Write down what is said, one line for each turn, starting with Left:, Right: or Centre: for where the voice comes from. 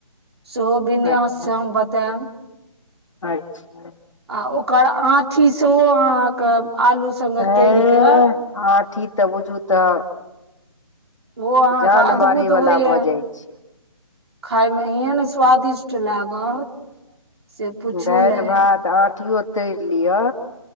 Right: सेहो विन्यास
Left: अच्छा
Right: स हम बतेब
Left: अच्छा
Right: आ ओकर आठी सेहो अहाँ क आलू संगे
Left: एह
Right: तैरि क
Left: आँठी तऽ बुझू तऽ
Right: ओ अहाँ
Left: जान
Right: के अद्भुत
Left: मारै वला
Right: होइ यै
Left: भऽ जाइ छै
Right: खााय में एहन स्वादिष्ट लागत से पूछू
Left: दालि
Right: नहि
Left: भात आंठीयो तैरि लिअ